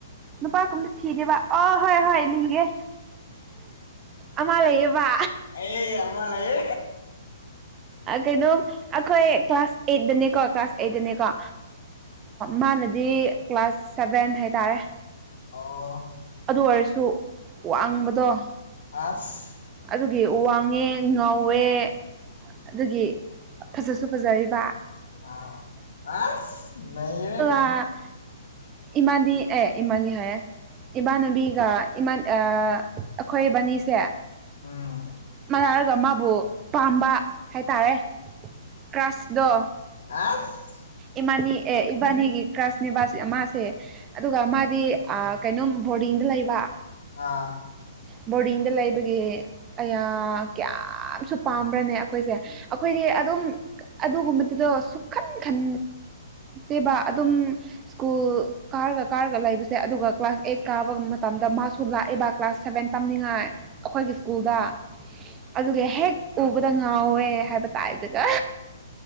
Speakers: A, on the right (about 20°); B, on the left (about 75°).
A: ꯅꯨꯄꯥꯒꯨꯝꯗ ꯊꯤꯗꯦꯕ ꯑꯣ ꯍꯣꯏ ꯍꯣꯏ ꯂꯤꯡꯒꯦ ꯑꯃ ꯂꯩꯌꯦꯕ
B: ꯑꯦ ꯑꯃꯥꯌꯦ
A: ꯀꯩꯅꯣ ꯑꯩꯈꯣꯏ ꯀ꯭ꯂꯥꯁ ꯑꯩꯠꯇꯅꯦꯀꯣ ꯀ꯭ꯂꯥꯁ ꯑꯩꯠꯇꯅꯦꯀꯣ ꯃꯥꯅꯗꯤ ꯀ꯭ꯂꯥꯁ ꯁꯕꯦꯟ ꯍꯥꯏꯇꯥꯔꯦ
B: ꯑ
A: ꯑꯗꯨ ꯑꯣꯏꯔꯁꯨ ꯋꯥꯡꯕꯗꯣ
B: ꯑꯥꯁ
A: ꯑꯗꯨꯒꯤ ꯋꯥꯡꯉꯦ ꯉꯧꯋꯦ ꯑꯗꯨꯒꯤ ꯐꯖꯁꯨ ꯐꯖꯌꯦꯕ
B: ꯑꯥ ꯑꯁ ꯅꯩꯔꯦ
A: ꯑꯥ ꯏꯃꯥꯗꯤ ꯑꯦ ꯏꯃꯥꯗꯤ ꯍꯥꯏꯌꯦ ꯏꯃꯥꯟꯅꯕꯤꯒ ꯏꯃꯥꯟ ꯑꯥ ꯑꯈꯣꯏ ꯕꯥꯅꯤꯁꯦ
B: ꯎꯝ
A: ꯃꯅꯥꯔꯒ ꯃꯥꯕꯨ ꯄꯥꯝꯕ ꯍꯥꯏꯇꯥꯔꯦ ꯀ꯭ꯔꯥꯁꯇꯣ
B: ꯑꯁ
A: ꯏꯃꯥꯅꯤ ꯑꯦ ꯏꯕꯥꯅꯤꯒꯤ ꯀ꯭ꯔꯥꯁꯅꯦꯕꯥ ꯃꯥꯁꯦ ꯑꯗꯨꯒ ꯃꯥꯗꯤ ꯑꯥ ꯀꯩꯅꯣꯝ ꯕꯣꯔꯗꯤꯡꯗ ꯂꯩꯕ
B: ꯑꯥ
A: ꯕꯣꯔꯗꯤꯡꯗ ꯂꯩꯕꯒꯤ ꯑꯌꯥ ꯀꯌꯥꯝꯁꯨ ꯄꯥꯝꯕ꯭ꯔꯅꯦ ꯑꯩꯈꯣꯏꯁꯦ ꯑꯩꯈꯣꯏꯗꯤ ꯑꯗꯨꯝ ꯑꯗꯨꯒꯨꯝꯕꯗꯨꯗꯣ ꯁꯨꯛꯈꯟ ꯈꯟ ꯇꯦꯕ ꯑꯗꯨꯝ ꯁ꯭ꯀꯨꯜ ꯀꯥꯔꯒ ꯀꯥꯔꯒ ꯂꯩꯕꯁꯦ ꯑꯗꯨꯒ ꯀ꯭ꯂꯥꯁ ꯑꯩꯠ ꯀꯥꯕ ꯃꯇꯝꯗ ꯃꯥꯁꯨ ꯂꯥꯛꯏꯕ ꯀ꯭ꯂꯥꯁ ꯁꯚꯦꯟ ꯇꯝꯅꯤꯡꯉꯥꯏ ꯑꯩꯈꯣꯏꯒꯤ ꯁ꯭ꯀꯨꯜꯗ ꯑꯗꯨꯒꯤ ꯍꯦꯛ ꯎꯕꯗ ꯉꯥꯎꯋꯦ ꯍꯥꯏꯕ <unintelligible> ꯍꯥ